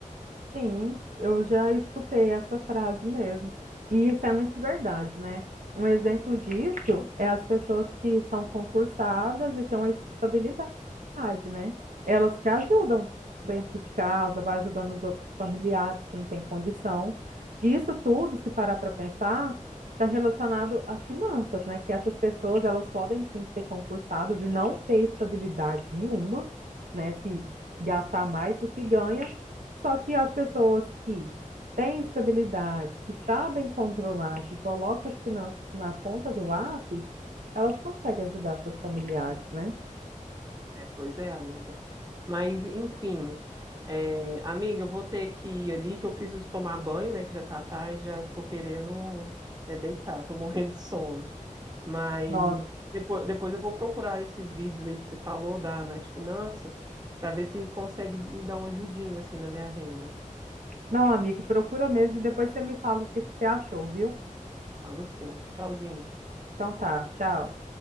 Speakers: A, on the right; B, on the right.
A: Sim, eu já escutei essa frase mesmo. E isso é muito verdade, né? Um exemplo disso é as pessoas que são concursadas e têm uma estabilidade, né? Elas que ajudam dentro de casa, vai ajudando os outros familiares que não têm condição. E Isso tudo, se parar para pensar, está relacionado a finanças, né? Que essas pessoas, elas podem sim ser concursadas e não ter estabilidade nenhuma, né? Se gastar mais do que ganha só que as pessoas que têm estabilidade, que sabem controlar, que colocam as finanças na ponta do lápis, elas conseguem ajudar seus familiares, né?
B: É, pois é, amiga. Mas, enfim, é, amiga, eu vou ter que ir ali, que eu preciso tomar banho, né? Que já tá tarde, já tô querendo é, deitar, tô <laughs> morrendo de sono. Mas
A: Nossa.
B: depois, depois eu vou procurar esses vídeos aí que você falou da Nath Finanças para ver se consegue me dar uma ajudinha assim na minha renda.
A: Não, amigo, procura mesmo e depois você me fala o que que você achou, viu?
B: Falo sim. Tchauzinho.
A: Então tá, tchau.